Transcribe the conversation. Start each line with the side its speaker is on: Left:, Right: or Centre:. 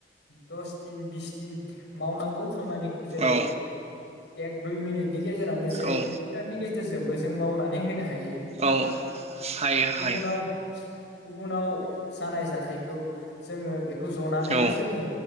Left: दस दिन बिस दिन मावनांगौ खामानिखौ जेरै
Right: औ
Left: एक दुइ मिनिटनि गेजेरावनो जेरै
Right: औ
Left: कमपुतारनि गेजेरजोंबो जों मावनानै होनो हायो
Right: औ
Left: दा
Right: हायो
Left: गुबुनाव
Right: हायो
Left: गुबुनाव जानाय जाथायखौ जोङो बेखौ जनानैनो
Right: औ
Left: जोङो